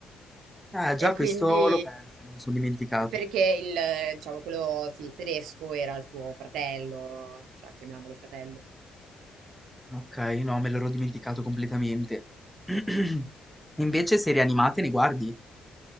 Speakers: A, in the centre; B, on the right.
A: Ah, già
B: E
A: questo
B: quindi,
A: l'ho perso, me lo sono dimenticato.
B: perché il, diciamo, quello, sì, tedesco era il suo fratello, cioè, chiamiamolo fratello.
A: Ok, no, me l'ero dimenticato completamente. <clears throat> Invece, serie animate ne guardi?